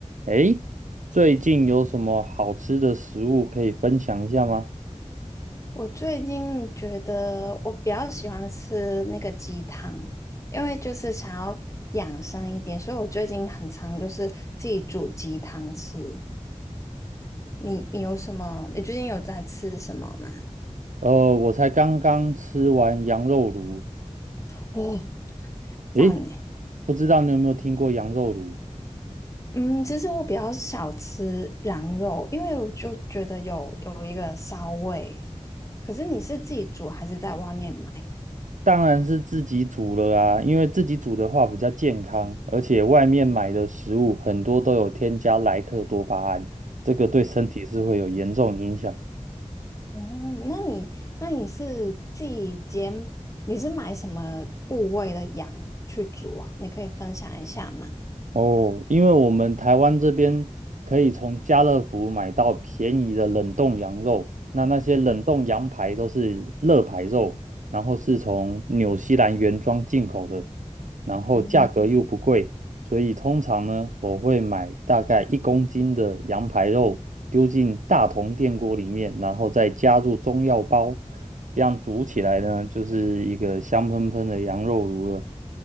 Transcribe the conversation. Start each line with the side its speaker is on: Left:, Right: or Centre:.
Right: 诶，最近有什么好吃的食物可以分享一下吗？
Left: 我最近觉得我比较喜欢吃那个鸡汤，因为就是想要养生一点，所以我最近很常就是自己煮鸡汤吃。你你有什么？你最近有在吃什么吗？
Right: 呃，我才刚刚吃完羊肉炉。
Left: 哦，赞呢。
Right: 诶，不知道你有没有听过羊肉炉？
Left: 嗯，其实我比较少吃羊肉，因为我就觉得有有一个骚味。可是你是自己煮还是在外面买？
Right: 当然是自己煮了啊，因为自己煮的话比较健康，而且外面买的食物很多都有添加莱克多巴胺，这个对身体是会有严重影响。
Left: 哦，那你那你是自己煎，你是买什么部位的羊去煮啊？你可以分享一下吗？
Right: 哦，因为我们台湾这边可以从家乐福买到便宜的冷冻羊肉，那那些冷冻羊排都是乐排肉，然后是从纽西兰原装进口的，然后价格又不贵，
Left: 嗯，
Right: 所以通常呢，我会买大概一公斤的羊排肉丢进大铜电锅里面，然后再加入中药包，这样煮起来呢，就是一个香喷喷的羊肉炉了。